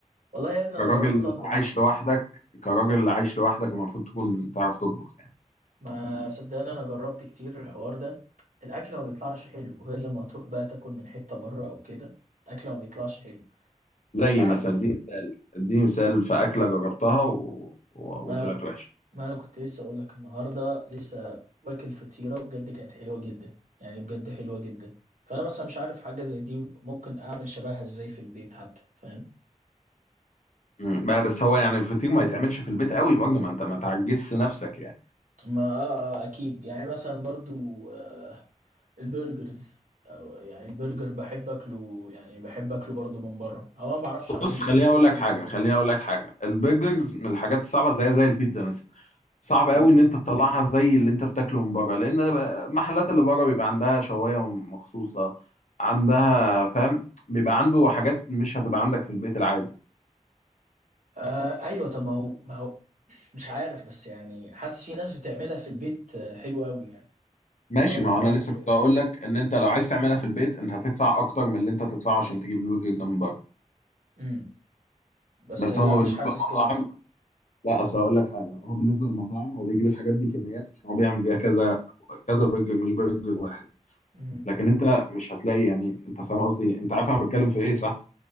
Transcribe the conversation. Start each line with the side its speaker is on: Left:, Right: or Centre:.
Right: والله يا ابني انا
Left: كراجل
Right: جربت اطبخ
Left: عايش لوحدك كراجل عايش لوحدك المفروض تكون تعرف تطبخ يعني
Right: ما صدقني انا جربت كتير الحوار ده الاكل ما بيطلعش حلو غير لما تروح بقى تاكل من حتة بره او كده الاكل ما بيطلعش حلو
Left: زي
Right: مش عارف
Left: مثلا اديني مثال اديني مثال في أكلة جربتها و... و...
Right: ما
Left: وطلعت وحشة
Right: ما انا كنت لسه اقول لك النهارده لسه واكل فطيرة بجد كانت حلوة جدا يعني بجد حلوة جدا فانا بس مش عارف حاجة زي دي ممكن اعمل شبهها ازاي في البيت حتى فاهم
Left: مم. لا بس هو يعني الفطير ما يتعملش في البيت قوي برضه ما انت ما تعجزش نفسك يعني
Right: ما آه آه، اكيد يعني مثلا برضو آه، البرجرز او يعني البرجر بحب اكله يعني بحب اكله برضو من بره او انا ما بعرفش اعمله
Left: بص خليني
Right: في ناس
Left: اقول
Right: كتير
Left: لك حاجه
Right: بتعمله
Left: خليني اقول لك حاجه البرجرز من الحاجات الصعبه زي زي البيتزا مثلا صعب قوي
Right: امم
Left: ان انت تطلعها زي اللي انت بتاكله من بره لان ده بقى- المحلات اللي بره بيبقى عندها شوايه مخصوصه عندها فاهم بيبقى عنده حاجات مش هتبقى عندك في البيت العادي
Right: آه ايوه طب ما هو ما هو مش عارف بس يعني حاسس في ناس بتعملها في البيت آه، حلوة قوي يعني
Left: ماشي
Right: انا مقتنع
Left: ما هو انا لسه
Right: بكده
Left: كنت اقول لك ان انت لو عايز تعملها في البيت انت هتدفع اكتر من اللي انت تدفعه عشان تجيب البرجر ده من بره
Right: امم بس
Left: بس
Right: لا
Left: هو بالنسبه
Right: مش حاسس
Left: للمطاعم
Right: كده
Left: لا اصل هقول لك حاجه هو بالنسبه للمطاعم هو بيجيب الحاجات دي كميات عشان هو بيعمل بيها كذا كذا برجر مش برجر واحد
Right: مم.
Left: لكن انت مش هتلاقي يعني انت فاهم قصدي انت عارف انا بتكلم في ايه صح